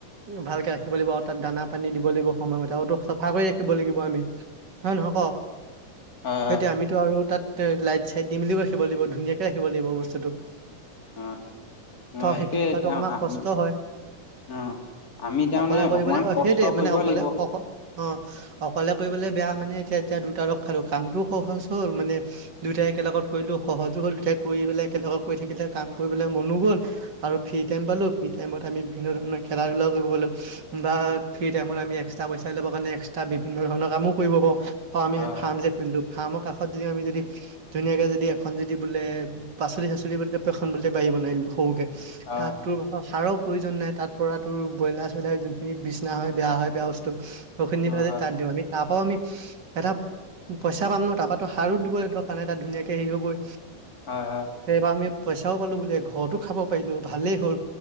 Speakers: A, on the right; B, on the left.
A: ভালকে ৰাখিব লাগিব আৰু তাত দানা পানী দিব লাগিব সময়মতে আৰু তো চাফা কৰি ৰাখিব লাগিব আমি। হয় নহয় ক,
B: হয়,
A: সেইতি আমিতো আৰু তাত। তে লাইট চাইট দি মেলিও ৰাখিব লাগিব ধুনীয়াকে ৰাখিব লাগিব বস্তুটো।
B: হয়, হয়, অ',
A: ত
B: সেইটোয়ে
A: সেইখিনি
B: এতিয়া
A: কৰাটো অকমাৰ
B: আমি
A: কষ্ট হয়।
B: অ। আমি তাৰমানে
A: অকলে কৰিবলে,
B: অকমান
A: অ
B: কষ্ট
A: সেইটেই মানে
B: কৰিব
A: অকলে,
B: লাগিব।
A: অ- অ অকলে কৰিবলে বেয়া মানে এতিয়া। এতিয়া দুটা ৰ খালো, কামতো সহজ হ'ল মানে দুয়টাই একেলগত কৰিলো সহজো হ'ল দুয়টাই কৰি পেলাই একেলগত। কৰি থাকিলে কাম কৰিবলে মনো গ'ল আৰু ফ্ৰী টাইম পালো। টাইমত আমি ভিনধণৰ খেলা ধূলা কৰিব গো বা ফ্ৰী টাইমত আমি একস্ত্ৰা পইচা ল'ব কাৰণে একস্ত্ৰা। বিভিন্ন ধৰণৰ কামো কৰিব পাৰো আমি
B: হয়,
A: ফ যে ফ্ৰাম যে খুলিলো। ফাৰ্মৰ কাষত যদি আমি যদি ধুনীয়াকে যদি এখন যদি বোলে পাচলি। <unintelligible> বাৰী বনাই দো সৰুকে
B: হয়,
A: তাত তোৰাৰ প্ৰয়োজন নাই তাত পৰা তোৰ ব্ৰইলাৰ চয়লাৰ যোনখিনি বিচছনা হয় বেয়া হয় বেয়া বস্তু। সখখিনি নি
B: হয়,
A: পেলায় আমি
B: হয়,
A: তাত দিওঁ আমি তাপ। আমি এটা পইচা পাম ন তাৰপাতো সাৰো দিবলৈ দৰকাৰ নাই তাত ধুনীয়াকে হেৰি হ'বই।
B: হয়, হয়।
A: সেইবাৰ আমি পইচাও পালো বুলে ঘৰতো খাব পাৰিলো ভালেই হ'ল